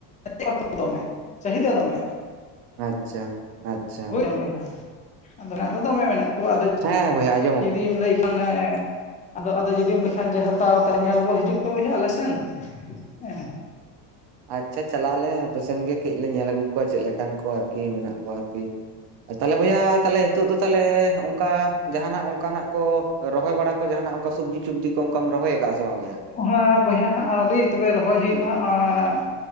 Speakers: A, on the left; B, on the right.
A: <unintelligible> ᱪᱟᱹᱦᱤᱫᱟ ᱫᱚᱢᱮ
B: ᱟᱪᱪᱷᱟ ᱟᱪᱪᱷᱟ
A: ᱵᱩᱪᱟᱢ ᱵᱩᱡᱷᱟᱹᱜᱼᱟ, ᱟᱫᱚ ᱱᱟᱜ ᱫᱚ ᱫᱚᱢᱮ ᱢᱮᱱᱟᱜ ᱠᱚᱣᱟ ᱟᱫᱚ
B: ᱦᱮ ᱵᱚᱭᱟᱡ
A: ᱡᱩᱫᱤᱢ ᱞᱟᱹᱭ ᱠᱷᱟᱱ ᱮ ᱟᱫᱚ ᱟᱫᱚ ᱡᱩᱫᱤᱢ ᱵᱟᱠᱷᱟᱱ ᱦᱟᱛᱣᱟ ᱛᱟᱦᱚᱞᱮ ᱧᱮᱞ ᱜᱚ ᱦᱤᱡᱩᱜ ᱯᱮ ᱵᱚᱡ ᱟᱞᱮᱥᱮᱱ ᱦᱮᱸ
B: ᱟᱪᱪᱷᱟ ᱪᱟᱞᱟᱜ ᱟᱞᱮ ᱟᱯᱮᱥᱮᱱ ᱜᱮ ᱠᱟᱹᱡ ᱞᱮ ᱧᱮᱞ ᱟᱹᱜᱩ ᱠᱚᱣᱟ ᱪᱮᱫ ᱞᱮᱠᱟᱱ ᱠᱚ ᱟᱨᱠᱤ ᱢᱮᱱᱟᱜ ᱠᱚᱣᱟ ᱟᱨᱠᱤ᱾ ᱛᱟᱦᱚᱞᱮ ᱵᱚᱭᱦᱟ ᱛᱟᱦᱚᱞᱮ ᱱᱤᱛᱚᱜ ᱫᱚ ᱛᱟᱦᱚᱞᱮ ᱚᱱᱠᱟ ᱡᱟᱦᱟᱱᱟᱜ ᱚᱱᱠᱟᱱᱟᱜ ᱠᱚ ᱨᱚᱦᱚᱭ ᱵᱟᱲᱟ ᱠᱚ ᱡᱟᱦᱟᱱᱟᱜ ᱚᱱᱠᱟ ᱥᱚᱵᱡᱤ ᱪᱚᱵᱡᱤ ᱠᱚ ᱚᱱᱠᱟᱢ ᱨᱚᱦᱚᱭ ᱟᱠᱟᱫᱼᱟ ᱥᱮ ᱵᱟᱝ ᱵᱚᱭᱦᱟ᱾
A: ᱦᱟ ᱵᱚᱭᱦᱟ ᱦᱟᱸᱜ ᱟᱹᱣᱨᱤ ᱛᱚᱵᱮ ᱨᱚᱦᱚᱭ ᱦᱩᱭᱩᱜ ᱦᱟᱜ